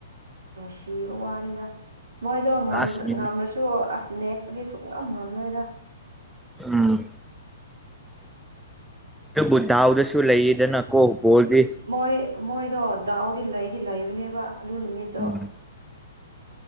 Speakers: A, on the right; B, in the centre.
A: ꯅꯨꯡꯁꯤꯕ ꯋꯥꯅꯤꯗ ꯃꯣꯏꯗꯣ
B: ꯂꯥꯁ ꯃꯤꯅꯤꯠ
A: ꯉꯝꯂꯁꯨ ꯑꯁ ꯅꯦꯛꯁꯗꯤ ꯁꯨꯛꯅꯝ ꯉꯝꯂꯣꯏꯔ
B: ꯎꯝ ꯑꯗꯨ ꯕꯨꯙꯥꯎꯗꯁꯨ ꯂꯩꯌꯦꯗꯅ ꯀꯣꯣꯜꯗꯤ
A: ꯃꯣꯏ ꯃꯣꯏꯗꯣ ꯗꯥꯎꯗꯤ ꯂꯩꯗꯤ ꯂꯩꯕꯅꯦꯕ ꯑꯗꯨ ꯅꯨꯃꯤꯠꯇꯣ
B: ꯎꯝ